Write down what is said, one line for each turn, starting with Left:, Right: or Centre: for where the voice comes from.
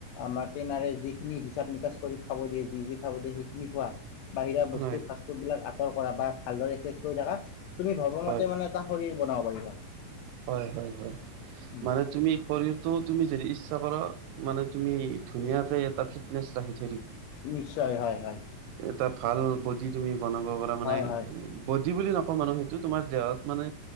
Left: আমাৰ ট্ৰেইনাৰে যিখিনি হিচাপ নিকাচ কৰি খাব দিয়ে যি যি খাব দিয়ে সেইখিনি খোৱা বাহিৰা বস্তু
Right: হয়
Left: ফাষ্টফুড বিলাক আঁতৰ কৰা বা ভালদৰে কৰি থাকা তুমি ভবা
Right: হয়
Left: মতে মানে এটা শৰীৰ বনাব পাৰিবা
Right: হয় হয় হয়
Left: উম,
Right: মানে তুমি শৰীৰটোত তুমি যদি ইচ্ছা কৰা মানে তুমি ধুনীয়াকে এটা ফিটনেছ ৰাখি থ
Left: নিশ্চয় হয়-হয়।
Right: এটা ভাল বডি তুমি বনাব পৰা মানে
Left: হয় হয়
Right: বডি বুলি নকওঁ মানুহ সেইটো তোমাৰ দেহত মানে